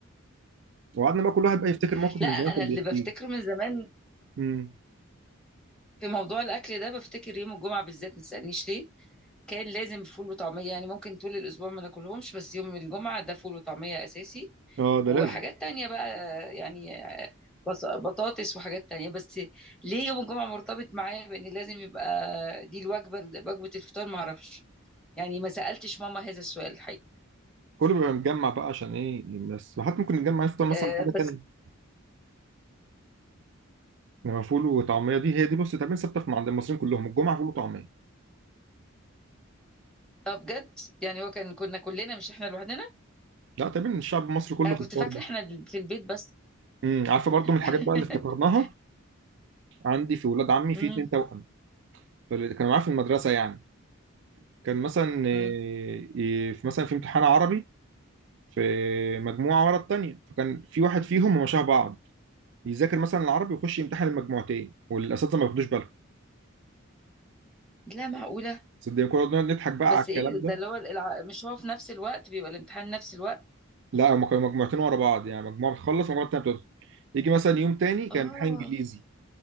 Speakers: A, on the right; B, in the centre.
A: وقعدنا بقى كل واحد
B: مم.
A: بقى يفتكر موقف
B: لا
A: من
B: انا
A: زمان كان
B: اللي
A: بيحكيه
B: بفتكره من زمان
A: امم
B: في موضوع الاكل ده بفتكر يوم الجمعه بالذات ما تسالنيش ليه كان لازم فول وطعميه يعني ممكن طول الاسبوع ما ناكلهمش بس يوم الجمعه ده فول وطعميه اساسي
A: اه ده
B: وحاجات
A: لازم
B: تانية بقى يعني بص- بطاطس وحاجات تانية بس ليه يوم الجمعه مرتبط معايا بان لازم يبقى دي الوجبه وجبه الفطار ما اعرفش يعني ما سالتش ماما هذا السؤال الحقيقه
A: كله بيبقى متجمع بقى عشان ايه بس وحتى ممكن نتجمع نفطر مثلا
B: أه
A: حاجه
B: بس
A: ثانيه انما فول وطعميه دي هي دي بص تقريبا ثابته في- عند المصريين كلهم الجمعه فول وطعميه
B: اه بجد يعني هو كان كنا كلنا مش احنا لوحدنا
A: لا تقريبا الشعب المصري كله
B: انا كنت
A: في الحوار
B: فاكره
A: ده
B: احنا في البيت بس
A: امم عارفه برضو
B: <laughs>
A: من الحاجات بقى اللي افتكرناها عندي في ولاد عمي في
B: امم
A: اتنين توأم فاللي كانوا معايا في المدرسه يعني كان مثلا إيه،
B: امم
A: إيه، في مثلا في امتحان عربي في مجموعه ورا التانيه فكان في واحد فيهم هما شبه بعض يذاكر مثلا العربي ويخش يمتحن المجموعتين والاساتذه ما ياخدوش بالهم
B: لا معقوله
A: صدقني كنا بنقعد نضحك بقى
B: بس
A: على الكلام
B: ايه ده
A: ده
B: اللي هو الع- مش هو في نفس الوقت بيبقى الامتحان نفس الوقت
A: لا هما كانوا مجموعتين ورا بعض يعني مجموعه بتخلص ومجموعه تانيه بتدخل يجي مثلا يوم تاني كان
B: اه
A: امتحان انجليزي